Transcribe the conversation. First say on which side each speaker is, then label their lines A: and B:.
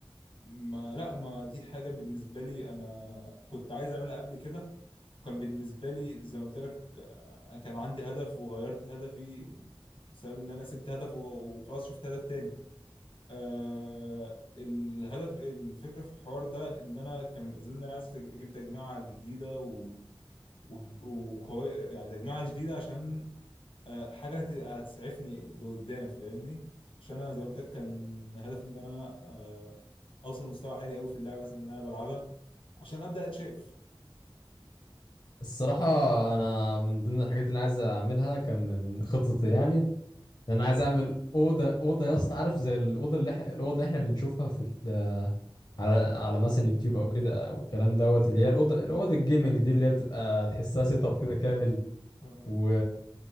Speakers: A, on the left (about 75°); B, on the left (about 50°).
A: ما لا ما دي حاجة بالنسبة لي أنا كنت عايز أعملها قبل كده كان بالنسبة لي زي ما قلت لك انا كان عندي هدف وغيرت هدفي بسبب ان انا سبت هدف و- وخلاص شفت هدف تاني آه الهدف الفكره في الحوار ده ان انا كان من اسباب ان انا عايز تج- اجيب تجميعه جديده و- و- وقوي يعني تجميعه جديده عشان آه حاجه هت- هتسعفني لقدام فاهمني عشان انا زي ما قلت لك كان هدفي ان انا آه اوصل مستوى عالي قوي في اللعبه مثلا اللي انا بلعبها عشان ابدا اتشاف
B: الصراحة أنا من ضمن الحاجات اللي أنا عايز أعملها كان من خططي يعني إن أنا عايز أعمل أوضة أوضة يا اسطى عارف زي الأوضة اللي إحنا الأوضة اللي إحنا بنشوفها في ال... على على مثلا يوتيوب أو كده أو الكلام دوت اللي هي الأوضة الأوضة الجيمنج دي اللي هي بتبقى تحسها سيت أب كده كامل
A: آه.
B: و...